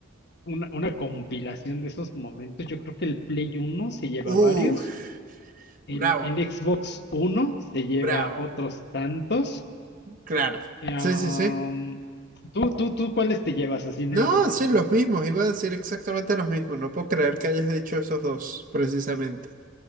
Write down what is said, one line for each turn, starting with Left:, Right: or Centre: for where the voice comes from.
Left: una, una compilación de esos momentos. Yo creo que el Play uno se lleva
Right: Uf,
Left: varios, el,
Right: bravo,
Left: el Xbox 1 se lleva
Right: bravo.
Left: otros tantos.
Right: Claro.
Left: Eh, um,
Right: Sí, sí, sí.
Left: ¿tú, tú, tú, ¿cuáles te llevas así en
Right: No,
Left: el corazón?
Right: sí, los mismos. Iba a decir exactamente los mismos. No puedo creer que hayas dicho esos dos, precisamente.